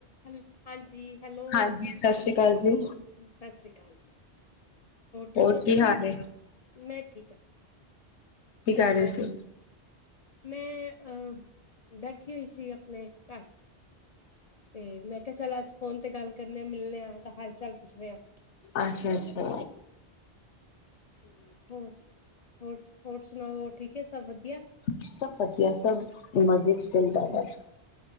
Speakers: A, on the left; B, on the left.
A: ਹੈਲ ਹਾਂਜੀ ਹੈਲੋ
B: ਹਾਂਜੀ ਸਤਿ ਸ੍ਰੀ ਅਕਾਲ ਜੀ,
A: ਸਤਿ ਸ੍ਰੀ ਅਕਾਲ ਜੀ ਠੀਕ
B: ਹੋਰ
A: ਹੋ
B: ਕੀ
A: ਤੁਸੀਂ
B: ਹਾਲ ਐ।
A: ਮੈਂ ਠੀਕ ਹਾਂ।
B: ਕੀ ਕਰ ਰਹੇ
A: ਮੈਂ
B: ਸੀ।
A: ਮੈਂ ਅਹ ਬੈਠੀ ਹੋਈ ਸੀ ਆਪਣੇ ਘਰ। ਤੇ ਮੈਂ ਕਿਹਾ ਚੱਲ ਅੱਜ ਫੋਨ ਤੇ ਗੱਲ ਕਰਨੇ ਮਿਲਣੇ ਆਂ, ਤਾਂ ਹਾਲ ਚਾਲ ਪੁੱਛਦੇ ਹਾਂ।
B: ਅੱਛਾ, ਅੱਛਾ
A: ਹੋਰ- ਹੋਰ- ਹੋਰ ਸੁਣਾਓ ਹੋਰ ਠੀਕ ਹੈ ਸਭ ਵਧੀਆ। ਕਿਆ
B: ਸਭ ਵਧੀਆ ਸਭ ਮਜ਼ੇ ਚ ਜ਼ਿੰਦਾਬਾਦ